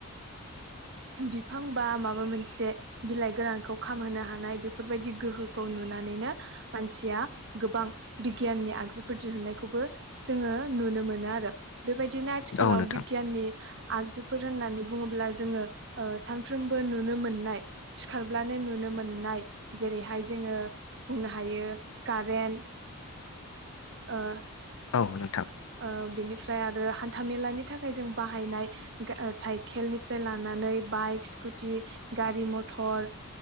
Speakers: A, on the right; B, on the left.
A: बिफां बा माबा मोनसे बिलाइ गोरानखौ खामहोनो हानाय बेफोरबायदि गोहोखौ नुनानैनो मानसिया गोबां बिगियाननि आगजुफोर दिहुननायखौबो जोङो नुनो मोनो आरो। बेबायदिनो आथिखालाव
B: औ नोंथां
A: बिगियाननि आगजुफोर होननानै बुङोब्ला जोङो ओ सानफ्रोमबो नुनो मोननाय सिखारब्लानो नुनो मोननाय जेरैहाय जोङो बुंनो हायो कारेन्ट ओ
B: औ नोंथां।
A: ओ बिनिफ्राय आरो हान्थामेलानि थाखाय जों बाहायनाय साइकेलनिफ्राय लानानै बाइक स्कुटि गारि मथर